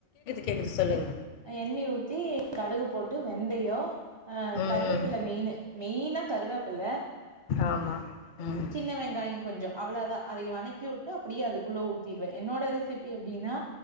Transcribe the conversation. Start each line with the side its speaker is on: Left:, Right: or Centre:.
Left: கேக்குது சொல்லுங்க
Right: எண்ணைய ஊத்தி கடுகு போட்டு வெந்தையோ ஆ
Left: ம்
Right: கருவேப்பில மெயினு மெய்னா கருவேப்பில
Left: ஆமா ம்
Right: சின்ன வெங்காயோ கொஞ்சோ அவ்ளதா அத வணக்கி விட்டு அப்படியே அதுக்குள்ளே ஊத்திடுவே என்னோட ரெசி ப்பி அப்டின்னா